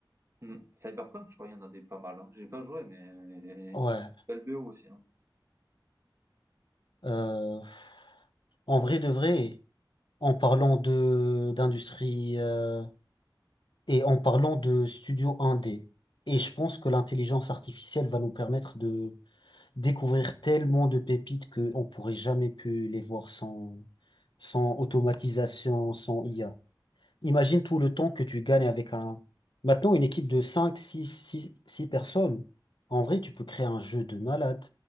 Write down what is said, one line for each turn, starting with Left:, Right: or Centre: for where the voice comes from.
Right: Hmm. Cyberpunk, je crois qu'il y en a des pas mal. Hein. J'ai pas joué, mais
Left: Ouais.
Right: belle BO aussi. Hein.
Left: euh,
Right: Non,
Left: en vrai de vrai, en parlant de d'industrie euh, et en parlant de studio 1D, et je pense que l'intelligence artificielle va nous permettre de découvrir tellement de pépites qu'on pourrait jamais pu les voir sans sans automatisation, sans IA. Imagine tout le temps que tu gagnes avec un... Maintenant, une équipe de cinq six six six personnes, en vrai, tu peux créer un jeu de malade.